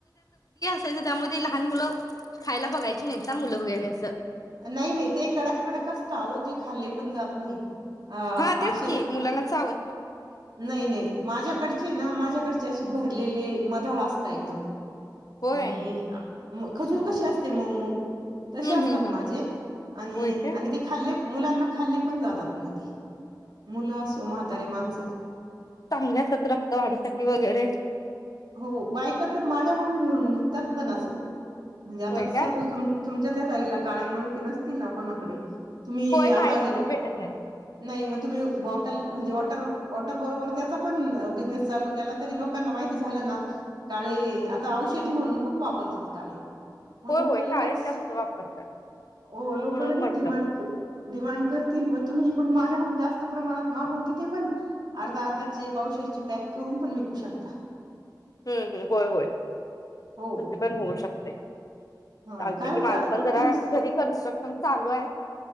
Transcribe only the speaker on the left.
त्यामध्ये लहान मुलं खायला बघायची नाही ना मुलं वगैरे असं.
हा तेच
की मुलाना चाव
होय
हम्म
हम्म हम्
होय काय
चांगल्या असात रक्तवाढीसाठी वगैरे
होय
का
होय नाही
इथं भेटत नाही
होय
होय
काळेच जास्त वापरतात
म्हणून
म्हटलं
हम्म हम्म होय होय
त पण होऊ शकते. चालत
कि माझं
पण जरा
जरी कन्स्ट्रक्शन चालू आहे.